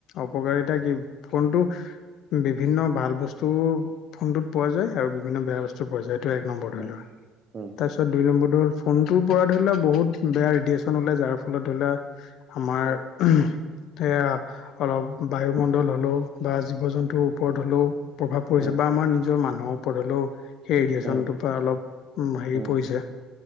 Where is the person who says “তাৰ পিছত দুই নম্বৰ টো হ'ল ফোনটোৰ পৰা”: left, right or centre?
Left